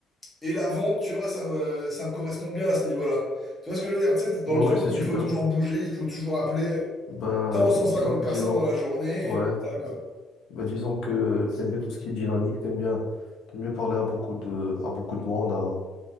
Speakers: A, in the centre; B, on the left (about 70°).
A: Et la vente, tu vois, ça me, ça me correspond bien à ce niveau-là. Tu vois ce que je veux dire? Tu sais, dans
B: ouais,
A: le truc
B: c'est
A: où
B: super.
A: il faut toujours bouger, il faut toujours appeler euh,
B: Bah,
A: tant 150
B: disons, disons,
A: personnes dans la journée,
B: ouais,
A: et voilà, quoi.
B: bah, disons que t'aimes bien tout ce qui est dynamique, t'aimes bien, t'aimes bien parler à beaucoup de, à beaucoup de monde. à-